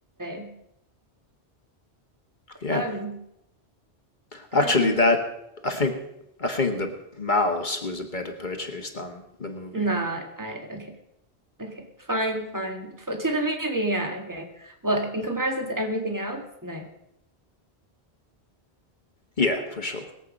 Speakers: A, on the right; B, on the left.
A: So
B: yeah.
A: fun.
B: Actually,
A: Um
B: that I think I think the mouse was a better purchase than the movie.
A: nah, I okay, okay. Fine, fine. For, to the movie, yeah, okay. Well, in comparison to everything else, no.
B: Yeah, for sure.